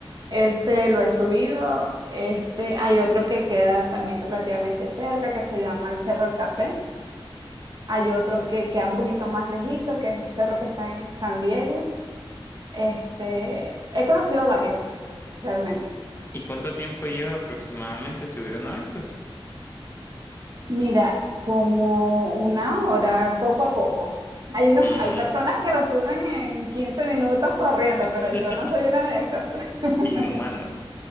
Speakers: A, on the right; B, on the left.
A: Ese lo he subido. Este, hay otro que queda también relativamente cerca, que se llama el Cerro del Café Hay otro que queda un poquito más lejito, que es un cerro que está en San Diego. Este, he conocido varios, realmente.
B: ¿Y cuánto tiempo lleva aproximadamente subir uno de estos?
A: Mira, como una hora, poco a poco. Hay unos,
B: Mm,
A: hay personas que lo suben en 15 minutos corriendo,
B: <laughs>
A: pero yo no soy una de esas. <laughs>
B: inhumanos.